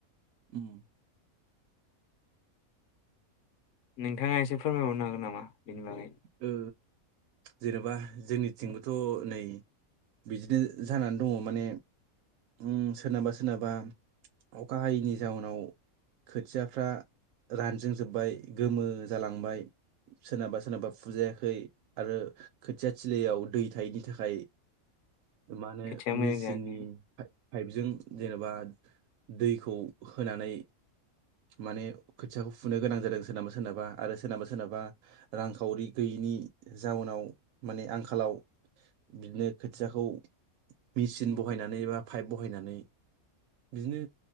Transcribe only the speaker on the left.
नोंथाङा एसे फोरमायबावनो हागोन नामा बेनि बागै?
खोथिया मोजां
जायाखै